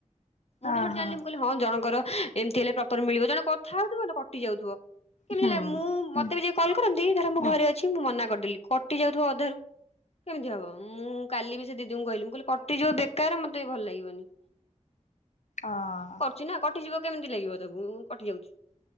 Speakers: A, on the left; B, on the left.
A: ମୁଁ
B: ଅହ
A: ବି ସେଠୁ
B: ହୁଁ।
A: ଜାଣିଲି, ମୁଁ କହିଲି ହ ହଁ, ଜଣଙ୍କର ଏମିତି ହେଲେ ପ୍ରପର ମିଳିବ। ଜଣେ କଥା ହଉଥିବ ନା କଟି ଯାଉଥିବ। କେମିତି
B: ହୁଁ
A: ହେଲା, ମୁଁ ମତେ ବି ଯିଏ କଲ୍ କରନ୍ତି ଧର, ମୁଁ
B: ହୁଁ
A: ଘରେ ଅଛି ମୁଁ ମନା କରିଦେଲି। କଟି ଯାଉଥିବ ଅଧାରୁ କେମିତି ହବ! ମୁଁ କାଲି ବି ସେ ଦିଦିଙ୍କୁ କହିଲି ମୁଁ କହିଲି କଟିଯିବ ବେକାର, ମତେ ଭଲ ଲାଗିବନି।
B: ଅଁ-ଅ
A: ଚିନା କଟିଯିବ। କେମିତି ଲାଗିବ ତାକୁ! କଟି ଯାଉଛି।